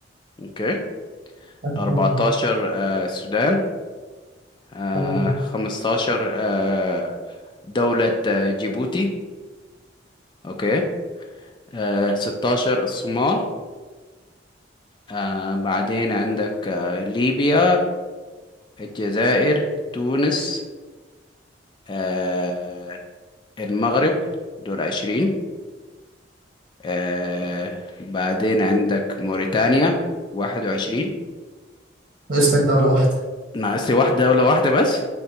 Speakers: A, on the left (about 25°); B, on the right (about 45°).
A: أوكي
B: تمام
A: 14 آه، السودان آه،
B: تمام
A: 15 آه، دولة آه، جيبوتي أوكي آه، 16 الصومال آه، بعدين عندك آه، ليبيا الجزائر تونس آه المغرب دول عشرين آه بعدين عندك موريتانيا واحد وعشرين
B: ناقص لك دوله واحده
A: ناقص لي واحدة دولة واحدة بس